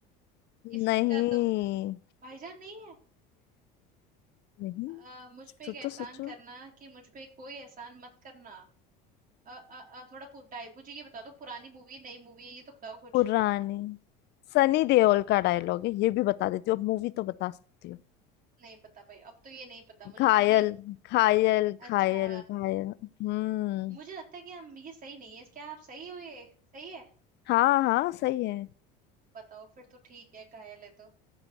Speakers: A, on the right (about 40°); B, on the left (about 55°).
A: इसका
B: नहीं
A: तो भाईजान नहीं है
B: नहीं
A: अ, मुझ पे
B: सोचो
A: एक एहसान
B: सोचो
A: करना कि मुझ पे कोई एहसान मत करना अ, अ, अ, थोड़ा पुराई मुझे ये बता दो पुरानी मूवी है नई मूवी है ये तो बताओ कुछ
B: पुरानी सनी देओल का डायलॉग है ये भी बता देती हूँ अब मूवी तो बता सकती हूँ
A: नहीं पता भाई अब तो ये नहीं पता मुझे
B: घायल
A: सनी
B: घायल
A: अच्छा
B: घायल घायल हम्म
A: मुझे लगता है कि हम ये सही नहीं है क्या आप सही हो ये सही है
B: हाँ हाँ सही है
A: बताओ फिर तो ठीक है घायल है तो